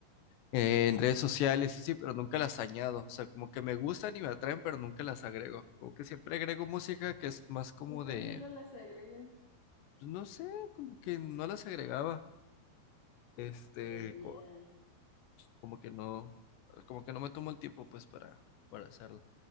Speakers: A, on the left (about 70°); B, on the left (about 40°).
A: eh, en redes sociales, sí, sí, pero nunca las añado. O sea, como que me gustan y me atraen, pero nunca las agrego. Como que siempre agrego música que es más como
B: ¿Y por
A: de,
B: qué no las agregas?
A: pues, no sé, como que no las agregaba. Este,
B: Deberías.
A: co- como que no, como que no me tomo el tiempo pues para, para hacerlo.